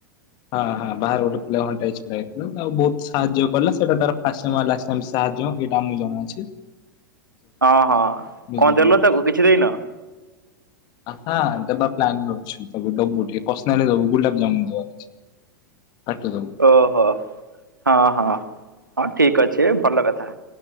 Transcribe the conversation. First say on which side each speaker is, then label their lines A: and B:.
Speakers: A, on the left; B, on the right.
A: ହଁ ହଁ ବାହାର ଗୋଟେ ପିଲା ଘଣ୍ଟା ଛିଡା ହେଇଥିଲା ଆଉ ବୋହୁତ ସାହାଯ୍ୟ କଲା ସେଟା ତାର ଫାଶେ ମାଲ ଆ ତାହେଲେ ସାହାଯ୍ୟ ଏଇଟା ଆମକୁ ଜଣା ଅଛି।
B: ହଁ ହଁ
A: ବୁଝିପାରିଲୁ।
B: କଣ ଦେଲ ତାକୁ କିଛି ଦେଇନ।
A: ଆସା ଦେବା ପ୍ଲାନ ରେ ଅଛୁ ତାକୁଦବୁ ଟିକେ ପରସୋନାଲ ଦବୁ ଗୋଲାପ ଜାମୁ ଦବାର ଅଛି। ପାଟିରେ ଦବୁ।
B: ଓହୋ ହଁ ହଁ ହଁ ଠିକ ଅଛି ଭଲ କଥା।